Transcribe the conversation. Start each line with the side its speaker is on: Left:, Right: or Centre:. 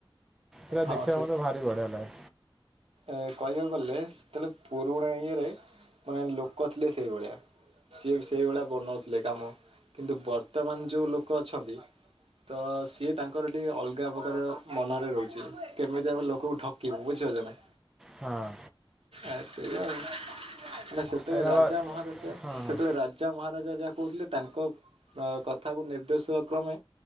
Centre: ପା
Right: ହଁ
Centre: ଦେଖିବାକୁ
Right: ସେ
Centre: ମତେ ଭାରି ବଢିଆ ଲାଗେ
Right: ଏ କହିବାକୁ ଗଲେ ସେତେବେଳେ ପୁରୁଣା ଇଏରେ ମାନେ ଲୋକ ଥିଲେ ସେଇଭଳିଆ ସିଏ ସେଇଭଳିଆ ବନାଉଥିଲେ କାମ କିନ୍ତୁ ବର୍ତ୍ତମାନ ଯୋଉ ଲୋକ ଅଛନ୍ତି ତ ସିଏ ତାଙ୍କ ଲୋକର ଟିକେ ଅଲଗା ପ୍ରକାର ମନରେ ରହୁଛି କେମିତି ଆମେ ଲୋକକୁ ଠକିବୁ ବୁଝିପାରୁଛ ନା
Centre: ହଁ
Right: ଆ ସେଇା ଆଉ ମାନେ ସେତେବେଳେ
Centre: ଏଇଟା
Right: ରାଜା
Centre: ବା
Right: ମହାଦଶ
Centre: ହଁ
Right: ସେତେବେଳେ
Centre: ହଁ।
Right: ରାଜା ପଚା ମହାରାଜା ଯାହା କହୁଥିଲେ ତାଙ୍କ କଥାକୁ ନିର୍ଦ୍ଦେଶିବା କ୍ରମେ